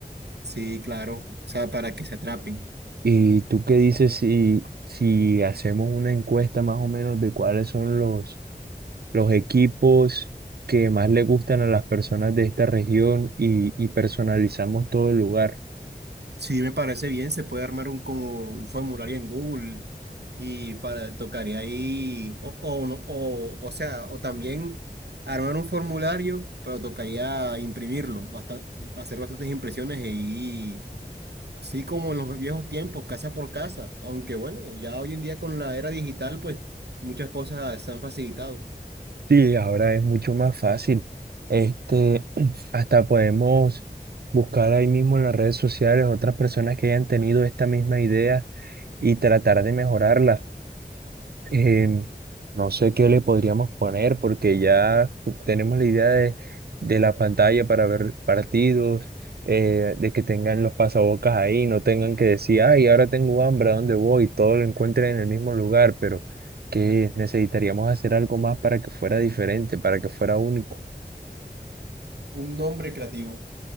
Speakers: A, on the right; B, on the right.
A: Sí, claro. O sea, para que se atrapen.
B: ¿Y tú qué dices si, si hacemos una encuesta más o menos de cuáles son los, los equipos que más le gustan a las personas de esta región y, y personalizamos todo el lugar?
A: Sí, me parece bien, se puede armar un, como un formulario en Google y para, tocaría ahí, o, o, no- o, o sea, o también armar un formulario, pero tocaría imprimirlo, basta- hacer bastantes impresiones y así como en los viejos tiempos, casa por casa, aunque bueno, ya hoy en día con la era digital, pues muchas cosas están facilitadas.
B: Sí, ahora es mucho más fácil. Este, <clears throat> hasta podemos buscar ahí mismo en las redes sociales otras personas que hayan tenido esta misma idea y tratar de mejorarla. Eh, no sé qué le podríamos poner porque ya tenemos la idea de, de la pantalla para ver partidos, eh, de que tengan los pasabocas ahí, no tengan que decir, ay, ahora tengo hambre, ¿a dónde voy? Todo lo encuentren en el mismo lugar, pero que necesitaríamos hacer algo más para que fuera diferente, para que fuera único.
A: Un nombre creativo,